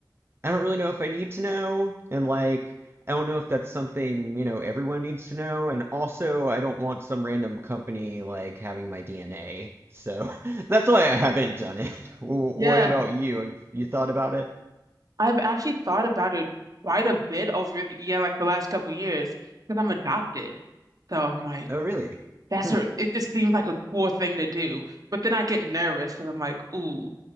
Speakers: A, on the right; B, on the right.
A: I don't really know if I need to know, and like, I don't know if that's something, you know, everyone needs to know, and also I don't want some random company like having my DNA. So <laughs> that's why I haven't done it. <laughs> Wh-
B: Yeah,
A: What about you? Have you thought about it?
B: I've actually thought about it quite a bit over the, yeah, like the last couple years because I'm adopted. So I'm like,
A: Oh, really?
B: that's
A: Hmm.
B: a, it just seems like a cool thing to do. But then I get nervous because I'm like, ooh,